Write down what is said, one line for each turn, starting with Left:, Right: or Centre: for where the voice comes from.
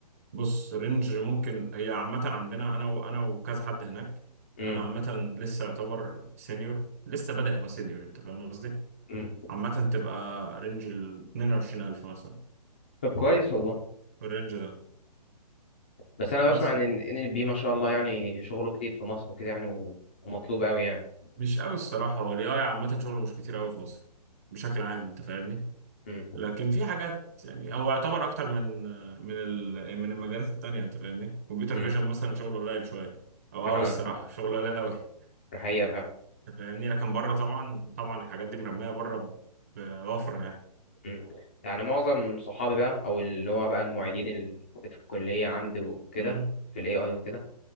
Right: بص رينج ممكن هي عامة عندنا أنا وأنا وكذا حد هناك
Left: مم.
Right: أنا عامة لسه يعتبر سينيور لسه بادئ أبقى سينيور أنت فاهم قصدي؟
Left: مم.
Right: عامة تبقى رينج ال 22000 مثلا
Left: طب كويس والله
Right: في الرينج ده
Left: بس انا
Right: بس
Left: بسمع ان ان ال بي ما شاء الله يعني شغله كتير في مصر وكده يعني و- ومطلوب قوي يعني
Right: مش قوي الصراحة هو ال AI عامة شغله مش كتير قوي في مصر بشكل عام أنت فاهمني؟
Left: امم
Right: لكن في حاجات يعني هو يعتبر أكتر من من ال- من المجالات التانية أنت فاهمني؟ كمبيوتر
Left: امم
Right: فيجن مثلا شغله قليل شوية أو
Left: فعلا
Right: قوي الصراحة شغله قليل قوي
Left: الحقيقه فعلا
Right: انت فاهمني لكن بره طبعا طبعا الحاجات دي مرميه بره بوفره يعني
Left: امم يعني معظم صحابي بقى او اللي هو بقى المعيدين اللي في الكليه عندي وكده
Right: امم
Left: في الاي اي وكده